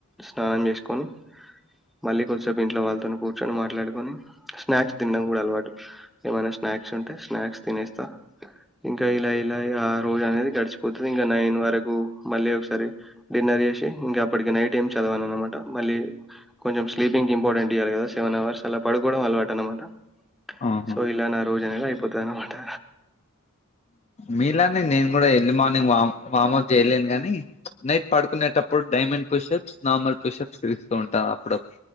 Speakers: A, in the centre; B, on the left.
A: స్నానం చేసుకొని మళ్ళీ కొద్దిసేపు ఇంట్లో వాళ్ళతోని కూర్చొని మాట్లాడుకొని స్నాక్స్ తినడం కూడా అలవాటు ఏమైనా స్నాక్స్ ఉంటే స్నాక్స్ తినేస్తా ఇంకా ఇలా ఇలా ఆ రోజు అనేది గడిచిపోతుంది ఇంకా నైన్ వరకు మళ్ళీ ఒకసారి డిన్నర్ చేసి ఇంకా అప్పటికి నైట్ ఏం చదవాను అనమాట మళ్ళీ కొంచెం స్లీపింగ్ ఇంపార్టెంట్ ఇయాలి కద సెవెన్ అవర్స్ అలా పడుకోవడం అలవాటు అనమాట
B: ఆహా
A: సో ఇలా నాాలు జనంగా ఇయిపోతనా అంత
B: మీిలాని నేను కూడా ఎర్లీ మార్నింగ్ వామ్ వమప్ చేయలేను ని నైట్ పడుకునేటప్పుడు డైమండ్ పుషప్స్ నార్మల్ పుషప్స్ తీస్తూ ఉంటా అప్పుడు